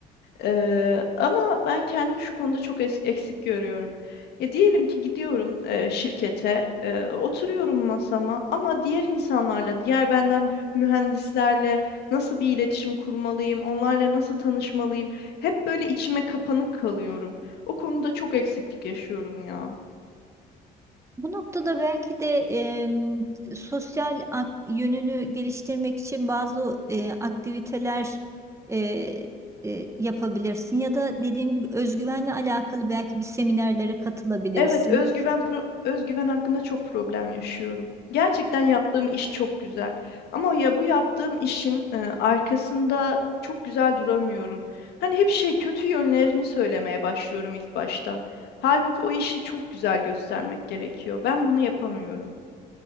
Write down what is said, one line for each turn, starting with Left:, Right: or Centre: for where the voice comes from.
Left: Eee, ama ben kendimi şu konuda çok es- eksik görüyorum. Ya diyelim ki gidiyorum e, şirkete, e, oturuyorum masama ama diğer insanlarla, diğer benden büyük mühendislerle nasıl bir iletişim kurmalıyım, onlarla nasıl tanışmalıyım? Hep böyle içime kapanık kalıyorum. O konuda çok eksiklik yaşıyorum ya.
Right: Bu noktada belki de em, sosyal ak- yönünü geliştirmek için bazı e, aktiviteler e, e, yapabilirsin ya da dediğim gibi özgüvenle alakalı belki bir seminerlere katılabilirsin.
Left: Evet, özgüven pro- özgüven hakkında çok problem yaşıyorum. Gerçekten yaptığım iş çok güzel. Ama ya bu yaptığım işin e, arkasında çok güzel duramıyorum. Hani hep şey kötü yönlerini söylemeye başlıyorum ilk başta. Halbuki o işi çok güzel göstermek gerekiyor. Ben bunu yapamıyorum.